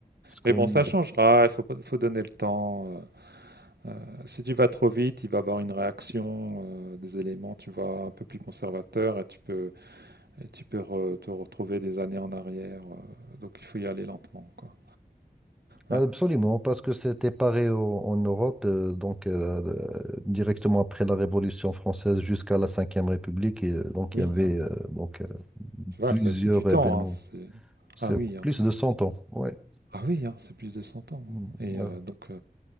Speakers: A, in the centre; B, on the right.
A: Parce qu'on,
B: Mais bon, ça changera, il faut pas faut donner le temps, heu heu, si tu vas trop vite, il va y avoir une réaction, heu, des éléments, tu vois, un peu plus conservateur et tu peux Et tu peux re- te retrouver des années en arrière. euh, donc il faut y aller lentement, quoi.
A: Absolument,
B: Ouais.
A: parce que c'était pareil au- en Europe, euh, donc euh, euh, directement après la Révolution française jusqu'à la Cinquième République, et, euh, donc
B: Oui,
A: il y avait
B: hein.
A: euh, donc euh,
B: Tu vois,
A: plusieurs
B: ça, c'est du temps.
A: événements.
B: hein, c'est-
A: C'est
B: Ah oui, hein.
A: plus de 100 ans, ouais,
B: Ah oui, hein, c'est plus de cent ans.
A: Mm,
B: hein. Et
A: euh,
B: euh, donc, euh,